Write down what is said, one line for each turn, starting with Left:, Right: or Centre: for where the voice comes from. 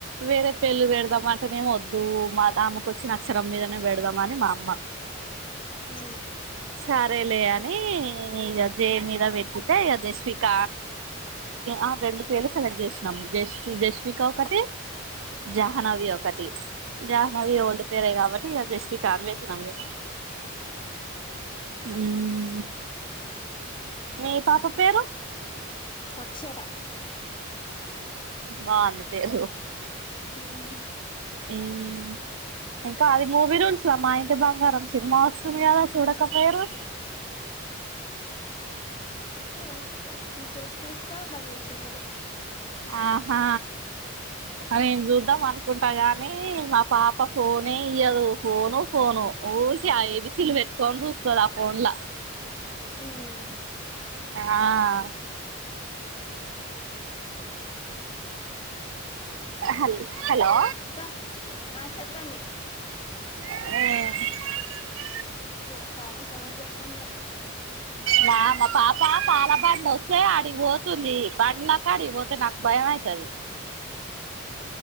Right: వేరే పేర్లు పెడదాం అంటనేమ వద్దు ఆమెకు వచ్చిన అక్షరం మీదనే పెడదామ అని మా అమ్మ
Left: ఆ
Right: సరేలే అని ఇక జె మీద పెడితే ఇక జేష్విక ఆ రెండు పేర్లు సెలెక్ట్ చేసినాం జష్వి జష్విిక ఒక ఒకటి జాహ్నవి ఒకటి జాహ్నవి ఓల్డ్ పేరే కాబట్టి ఇక జేష్విక <unintelligible> ఉమ్ మీ పాప పేరు
Left: అక్షర
Right: బా అంది పేరు
Left: ఉహు
Right: ఉహూ ఇంకా అది మూవీ రూల్జ్ మా ఇంటి బంగారం సినిమా వస్తుంది కదా చూడక పయరు
Left: ఆ కొద్దిీ సేప్ చూస్తా బందస్తామ
Right: ఆహా నేను చూద్దాం అనుకుంటా గాని మా పాప ఫోనే ఇయ్యదు ఫోను ఫోను ఊరికే ఆ <unintelligible> చూస్తది ఆ ఫోన్ ల
Left: ఉమ్
Right: ఆ హల్ హలో
Left: ఇంకా ఆ చెప్పండి.
Right: మ్
Left: అబ్బో, పాప స్నానం చేస్తందిగా.
Right: నా మా పాప పాల బండి వస్తే ఆడికిపోతుంది. బండ్లాకాడిగకి పోతే నాకు భయం. ఏమైతాది.